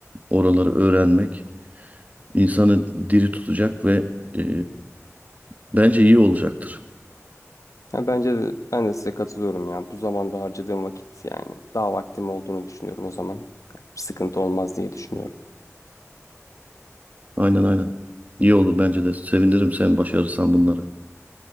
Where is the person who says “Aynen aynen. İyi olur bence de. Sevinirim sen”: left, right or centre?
Right